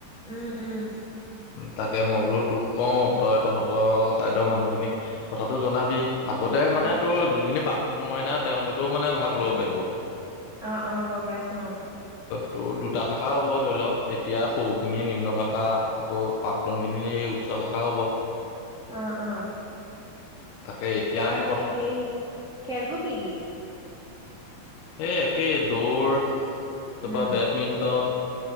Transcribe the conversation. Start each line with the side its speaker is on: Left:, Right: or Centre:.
Right: উম উম।
Left: তাকে মই বোলো তোক কওঁ, তই তহঁতৰ ছাইদৰ মানুহখিনিক কথাটো জনাবি। আগতে মানে
Right: উম
Left: তোৰ যোনখিনি পাক সোণ মইনা তেওঁলোক তো মানে ভাগ ল'ব পাৰিব।
Right: অ অ, গম পাইছোঁ অ।
Left: ত' দুটা শাখা হ'ব ধৰি লওক। এতিয়া সৰুখিনিয়ে নিম্ন শাখা আকৌ প্ৰাক্তন খিনিয়ে উচ্চ শাখা হ'ব।
Right: অ অ।
Left: তাকে এতিয়া
Right: তাপা
Left: আমি
Right: সেই,
Left: প্ৰথম
Right: খেলবোৰ কি কি?
Left: সেই একেই। দৌৰ, টোপা
Right: উম
Left: বেডমিন্টন,